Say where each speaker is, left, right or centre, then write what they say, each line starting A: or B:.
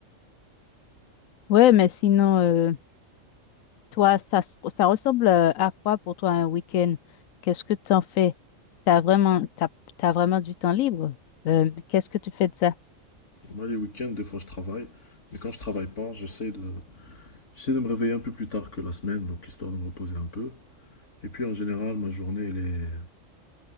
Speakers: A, on the left; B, on the left.
A: Ouais, mais sinon, euh, toi, ça, s- ça ressemble euh, à quoi pour toi un week-end? Qu'est-ce que tu en fais? T'as vraiment, t'as, t'as vraiment du temps libre? Euh, qu'est-ce que tu fais de ça?
B: Moi, les week-ends, des fois, je travaille. Mais quand je travaille pas, j'essaie de, j'essaie de me réveiller un peu plus tard que la semaine, donc histoire de me reposer un peu. Et puis en général, ma journée, elle est,